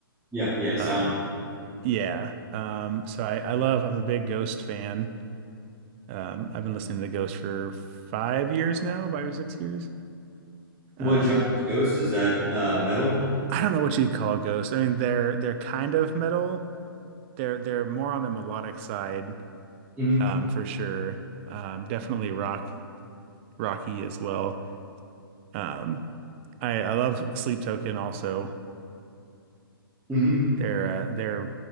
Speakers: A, in the centre; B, on the right.
A: Yeah, yeah. Sound.
B: Um, yeah. Um, so I I love. I'm a big Ghost fan. Um, I've been listening to Ghost for five years now, five or six years. Um.
A: What genre is Ghost? Is that uh, metal?
B: I don't know what you'd call Ghost. I mean, they're they're kind of metal. They're they're more on the melodic side,
A: Mm-hmm.
B: um, for sure. Um, definitely rock rocky as well. Um, I I love Sleep Token also.
A: Mm-hmm.
B: They're uh, they're